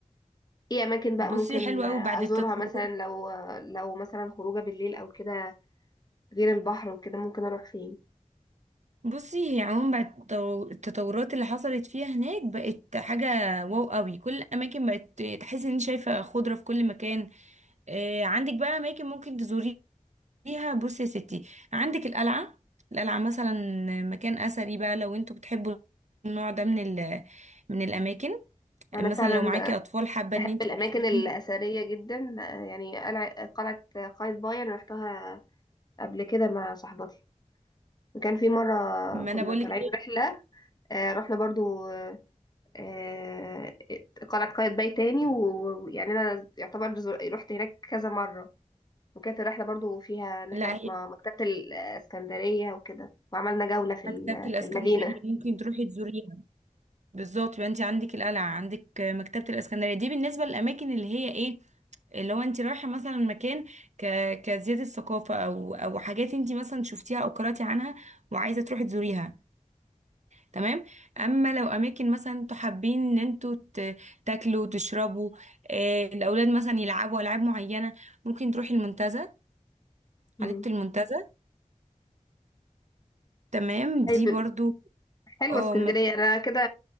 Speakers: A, on the left (about 30°); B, on the right (about 60°).
A: ايه اماكن بقى
B: بصي
A: ممكن
B: حلو أوي
A: ازورها
B: بعد التطورات
A: مثلا لو لو مثلا خروجه بالليل او كده غير البحر وكده ممكن اروح فين
B: بصي هي عموما بعد التطو- التطورات اللي حصلت فيها هناك بقت حاجة واو أوي كل الأماكن بقت تحسي ان انت شايفة خضرة في كل مكان آه، عندك بقى اماكن ممكن تزوريها فيها بصي يا ستي عندك القلعة القلعة مثلا مكان أثري بقى لو انتوا بتحبوا النوع ده من ال من الأماكن
A: انا
B: مثلا
A: فعلا
B: لو معاكي أطفال حابة
A: بحب
B: ان انت
A: الاماكن
B: تدخليهم
A: الاثريه جدا يعني قلع- قلعه قايتباي انا رحتها قبل كده مع صاحبتي وكان في مره
B: ما
A: كنا
B: أنا بقولك
A: طالعين
B: ايه
A: رحله آه، رحنا برضو آه، آه، قلعه قايتباي تاني و- ويعني انا يعتبر زر- رحت هناك كذا مره وكانت الرحلة برضو فيها ان
B: لا
A: احنا رحنا
B: هي
A: مكتبة الاسكندرية وكده وعملنا جولة في ال-
B: مكتبة الإسكندرية
A: في المدينة
B: ممكن تروحي تزوريها بالظبط يبقى انت عندك القلعة عندك مكتبة الإسكندرية دي بالنسبة للأماكن اللي هي ايه اللي هو انت رايحه مثلا مكان ك... كزياده ثقافه او او حاجات انت مثلا شفتيها او قراتي عنها وعايزه تروحي تزوريها تمام اما لو اماكن مثلا انتوا حابين ان انتوا ت- تاكلوا وتشربوا آه، الاولاد مثلا يلعبوا العاب معينه ممكن تروحي المنتزه
A: مم.
B: حديقه المنتزه تمام دي
A: طيب
B: برضو
A: حلوة
B: اه
A: اسكندرية
B: مكان
A: انا كده